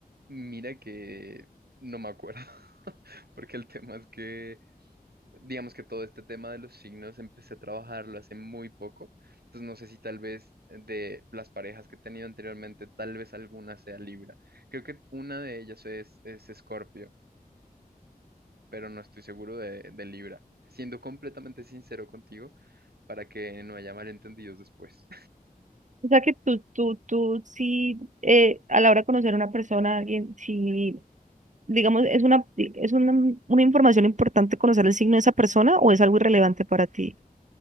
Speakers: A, on the right; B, on the right.
A: Mira que no me acuerdo, <laughs> porque el tema es que... digamos que todo este tema de los signos empecé a trabajarlo hace muy poco, entonces no sé si tal vez de las parejas que he tenido anteriormente, tal vez alguna sea Libra. Creo que una de ellas es, es Escorpio, pero no estoy seguro de, de Libra. Siendo completamente sincero contigo, para que no haya malentendidos después.
B: O sea que tú, tú, tú sí, eh, a la hora de conocer a una persona, a alguien, si, digamos, es una, es una, una información importante conocer el signo de esa persona o es algo irrelevante para ti.